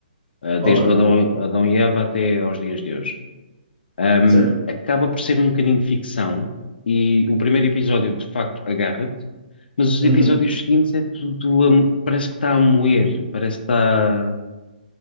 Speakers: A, on the left; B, on the right.
A: uh, desde
B: Ok.
A: o Adão, Adão e Eva até aos dias de hoje. Um,
B: Certo?
A: acaba por ser um bocadinho de ficção e o primeiro episódio de facto agarra-te, mas os
B: Uhum.
A: episódios seguintes é tudo, a- parece que está a moer, parece que está,